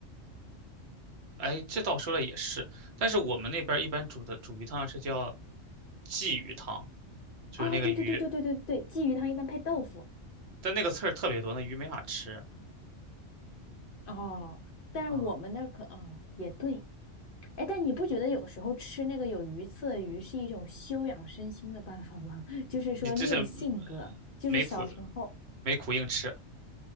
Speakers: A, on the right (about 60°); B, on the left (about 55°).
A: 哎，这倒说了也是，但是我们那边儿一般煮的煮鱼汤是叫鲫鱼汤，就是那个鱼，
B: 啊，对对对对对对对，鲫鱼汤一般配豆腐
A: 但那个刺儿特别多，那鱼没法吃。
B: 哦，但是我们那儿可哦也对，
A: 啊、
B: 哎，但你不觉得有时候吃那个有鱼刺的鱼是一种修养身心的办法吗？<laughs> 就是说练性格，
A: 你这是
B: 就是小时候。
A: 没苦没苦硬吃，